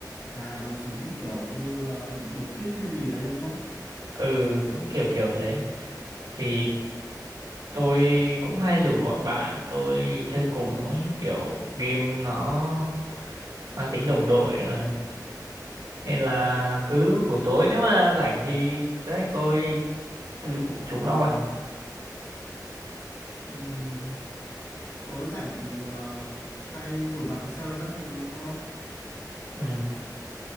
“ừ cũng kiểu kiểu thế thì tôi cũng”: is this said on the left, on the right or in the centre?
Right